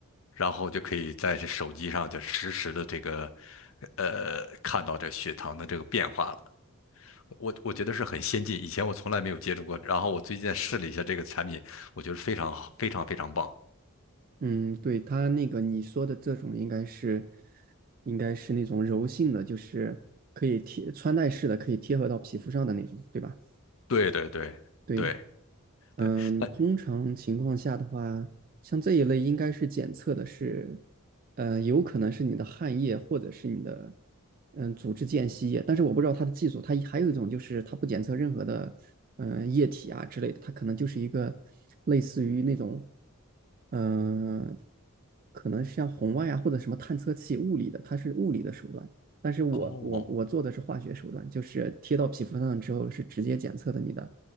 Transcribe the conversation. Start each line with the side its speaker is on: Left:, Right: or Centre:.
Left: 然后就可以在这手机上就实时的这个呃看到这血糖的这个变化了。我我觉得是很先进，以前我从来没有接触过。然后我最近试了一下这个产品，我觉得非常好，非常非常棒。
Right: 嗯，对，它那个你说的这种应该是应该是那种柔性的，就是可以贴穿戴式的，可以贴合到皮肤上的那种，对吧？
Left: 对对对对
Right: 对，嗯，
Left: 对，那
Right: 通常情况下的话，像这一类应该是检测的是，呃，有可能是你的汗液或者是你的，嗯，组织间隙液，但是我不知道它的技术，它还有一种就是它不检测任何的，嗯、液体啊之类的，它可能就是一个类似于那种，嗯、可能像红外啊或者什么探测器物理的，它是物理的手段，但是我我我做的是化学手段，
Left: 哦
Right: 就是贴到皮肤上之后是直接检测的你的